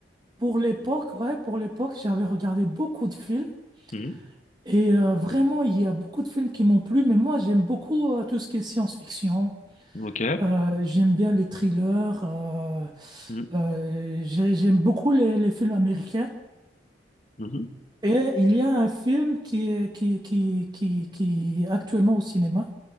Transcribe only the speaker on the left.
Mhm.
Ok.
Mhm.
Mhm.